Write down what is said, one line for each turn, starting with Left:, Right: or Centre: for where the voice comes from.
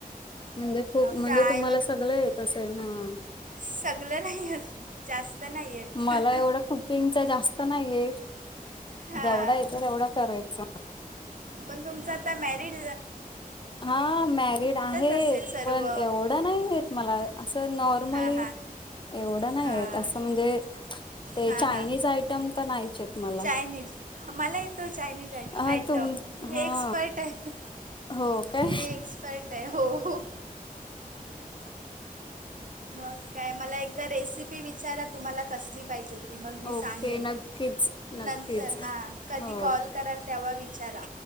Left: म्हणजे खूप म्हणजे
Right: फ्राय
Left: तुम्हाला सगळ येत असेल ह
Right: सगलं नाही आहेत जास्त नाही आहेत
Left: मला एवढं कुकिंगचा जास्त नाहीय
Right: हां
Left: जेवढा येत तेवढा करायचं
Right: पण तुमचं आता म्यारीड
Left: हा मॅरिड आहे
Right: असेल सर्व
Left: पण एवढं नाही मला असं नॉर्मली,
Right: हां हां
Left: एवढं नाहीय
Right: हां
Left: असं म्हणजे ते
Right: हां
Left: चायनीज
Right: हां
Left: आयटम तर नाहीच येत मला.
Right: चायनीज मला येतो चायनीज आय
Left: अ
Right: आयटम
Left: तुम
Right: मी
Left: हा,
Right: एक्सपर्ट आहे
Left: हो. काय?
Right: मी एक्सपर्ट आहे हो हो. मग काय मला एकदा रेसिपी विचारा, तुम्हाला कसली <unintelligible> मग मी
Left: ओके
Right: सांगेन,
Left: नक्कीच नक्कीच
Right: नंतर हा. कधी
Left: हो
Right: कॉल कराल तेव्हा विचारा.